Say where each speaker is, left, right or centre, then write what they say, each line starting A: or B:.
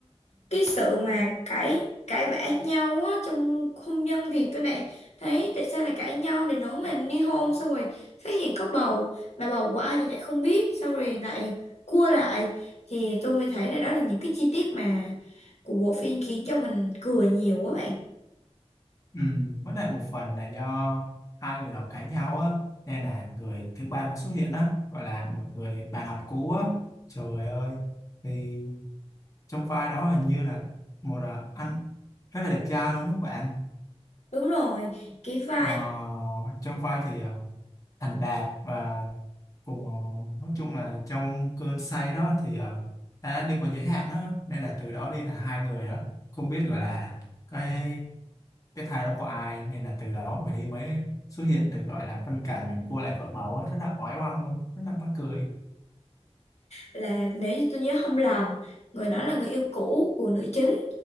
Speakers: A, on the left (about 75°); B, on the left (about 30°).
A: cái sự mà cãi cãi vã nhau á, trong hôn nhân thì tôi này thấy tại sao lại cãi nhau đến nỗi mà ly hôn xong rồi phát hiện có bầu mà bầu của ai thì lại không biết xong rồi lại cua lại thì tôi mới thấy là đó là những cái chi tiết mà của bộ phim khiến cho mình cười nhiều quá bạn
B: ừ, với lại một phần là do hai người đó cãi nhau á nên là người thứ ba mới xuất hiện á gọi là một người bạn học cũ á trời ơi thì trong vai đó hình như là một à, anh rất là đẹp trai luôn đúng không bạn
A: đúng rồi cái vai
B: ờ, trong vai thì à, thành đạt và cùng ờ, nói chung là trong cơn say đó thì ờ, đã đi qua giới hạn đó nên là từ đó đi là hai người đó không biết gọi là cái cái thai đó của ai nên là từ đó mà đi mới xuất hiện được gọi là phân cảnh là cua lại vợ bầu á, rất là oái oăm luôn rất là mắc cười
A: là nếu như tôi nhớ không lầm người đó là người yêu cũ của nữ chính